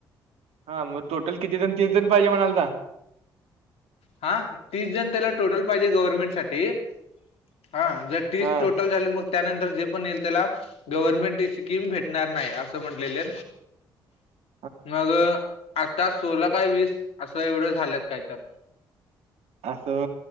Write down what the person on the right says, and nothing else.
हा मग टोटल किती जण तीस जण पाहिजे म्हणालता
हा
<unintelligible>
असस व